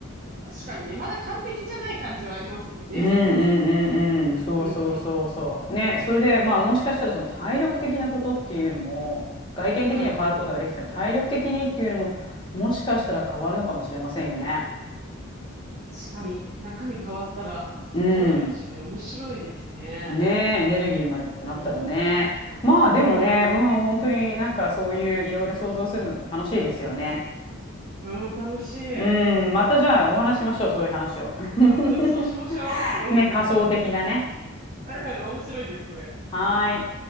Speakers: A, on the right; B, on the left.
A: 確かにね、まだ完璧じゃない感じはありますもんね。
B: うんうんうんうん。
A: 残ってるもんね。
B: そうそうそうそう。
A: うんうん。
B: ね。それで、まあもしかしたらその体力的なことっていうのも、外見的には変わることができても、
A: うんうん。
B: 体力的にっていうのも、もしかしたら変わるのかもしれませんよね。
A: 確かに、中身変わったらどうなるんでしょうね。
B: うん。
A: 面白いですね。
B: ねえ、エネルギーまでってなったらね。
A: うん。
B: まあでもね、
A: うん。
B: うん、本当になんかそういういろいろ想像するのって楽しいですよね。
A: うん、楽しい。
B: うん、またじゃあお話ししましょう、そういう話を。
A: うん、そうしましょう。
B: <laughs>
A: うんうん。
B: ね、仮想的なね。
A: <laughs> 面白いです、これ。
B: はーい。